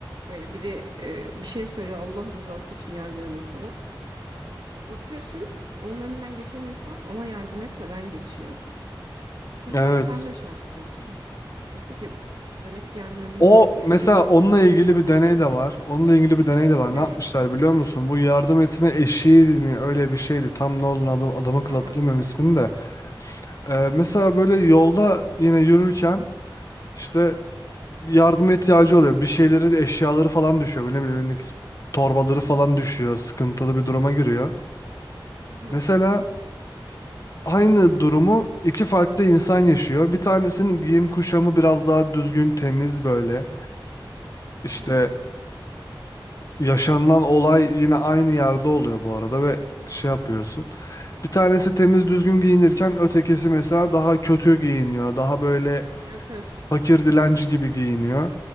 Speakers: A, on the right; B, on the left.
A: böyle biri e, bir şey söylüyor Allah rızası için yardım edin falan. Bakıyorsun onun önünden geçen insan ona yardım etmeden geçiyor. Bu sefer
B: evet.
A: sen de şey yapıyorsun. Diyorsun ki demek ki yardım edilmemesi
B: O
A: gerekiyor
B: mesela
A: ki
B: onunla ilgili
A: şey yapıyorsun.
B: bir deney de var. Onunla ilgili bir deney de var.
A: Ne?
B: Ne yapmışlar biliyor musun? Bu yardım etme eşiği mi öyle bir şeydi. Tam ne olduğunu adam, adamın
A: Hı
B: kıl
A: hı.
B: hatırlamıyorum ismini de. Ee, mesela böyle yolda yine yürürken işte yardıma ihtiyacı oluyor. Bir şeyleri eşyaları falan düşüyor. Böyle Ne bileyim elindeki torbaları falan düşüyor. Sıkıntılı bir duruma giriyor.
A: Hı hı.
B: Mesela aynı durumu iki farklı insan yaşıyor. Bir tanesinin giyim kuşamı biraz daha düzgün, temiz böyle. İşte
A: Hı hı.
B: Yaşanılan olay yine aynı yerde oluyor bu arada ve şey yapıyorsun. Bir tanesi temiz düzgün giyinirken ötekisi mesela daha kötü giyiniyor. Daha böyle
A: Evet evet.
B: fakir dilenci gibi giyiniyor.